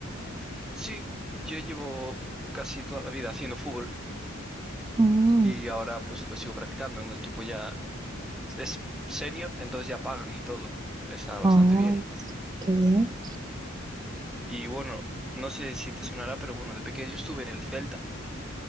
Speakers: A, in the centre; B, on the right.
A: Sí, yo llevo casi toda la vida haciendo fútbol
B: Mm,
A: y ahora pues lo sigo practicando en un equipo ya es senior, entonces ya pagan y todo. Está bastante
B: oh,
A: bien.
B: qué bien.
A: Y bueno, no sé si te sonará, pero bueno, de pequeño estuve en el Celta.